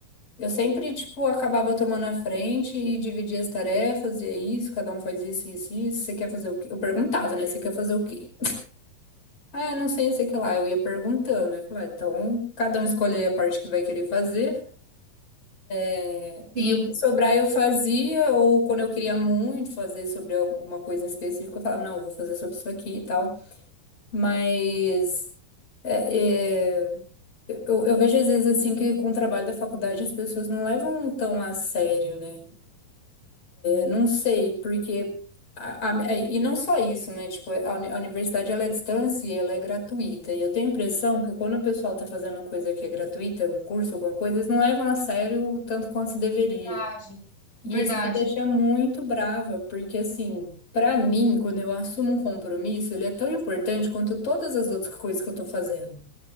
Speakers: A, on the left; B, on the right.
A: Eu sempre, tipo, acabava tomando a frente e dividia as tarefas, e é isso, cada um faz isso, isso, isso. Você quer fazer o quê? Eu perguntava, né? Você quer fazer o quê? Ah, não sei, não sei o que lá. Eu ia perguntando. Eu falei, ah, então, cada um escolhe a parte que vai querer fazer. é, E
B: Sim,
A: o que sobrar eu fazia, ou quando eu queria muito fazer sobre alguma coisa em específico, eu falava, não, eu vou fazer sobre isso aqui e tal. Mas é, é, eu, eu vejo às vezes assim que com o trabalho da faculdade as pessoas não levam tão a sério, né? Não sei, porque. a- a- e não só isso, né? Tipo, a, uni- a universidade ela é à distância e ela é gratuita. E eu tenho a impressão que quando o pessoal tá fazendo coisa que é gratuita, um curso, alguma coisa, eles não levam a sério o tanto quanto se deveria.
B: verdade,
A: E
B: verdade.
A: isso me deixa muito brava, porque assim, pra mim, quando eu assumo um compromisso, ele é tão importante quanto todas as outras coisas que eu tô fazendo.